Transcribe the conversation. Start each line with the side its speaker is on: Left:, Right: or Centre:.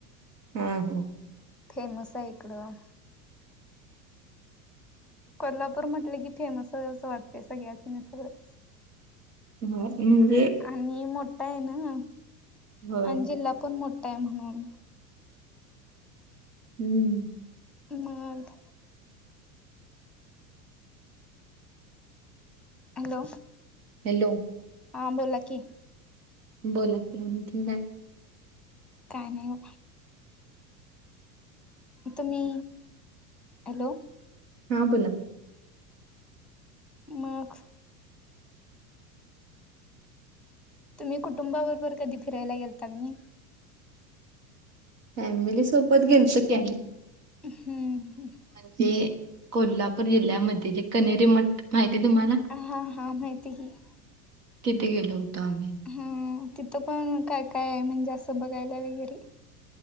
Right: हम्म, हम्म.
Centre: फेमस आहे इकडं. कोल्हापूर म्हटले कि फेमस आहे असं वाटतय सगळ्यासनी अस.
Right: हम्म, म्हणजे?
Centre: आणि मोठा आहे ना
Right: होय
Centre: आणि जिल्हा पण मोठा आहे म्हणून.
Right: हम्म.
Centre: मग. हॅलो.
Right: हॅलो.
Centre: हां बोला की.
Right: बोला की <unintelligible>
Centre: काय नाही व. तुम्ही, हॅलो.
Right: हा बोला.
Centre: मग. तुम्ही कुटुंबा बरोबर कधी फिरायला गेलता का नाही?
Right: फॅमिली सोबत गेलत की आम्ही.
Centre: हम्म, हम्म.
Right: आनखी कोल्हापूर जिल्ह्यामध्ये जे कनेरी मठ माहिती आहे तुम्हाला?
Centre: हा हा माहिती आहे की.
Right: तिथे गेलो होतो आम्ही.
Centre: हम्म, तिथं काय, काय आहे म्हणजे असं बघायला वगैरे.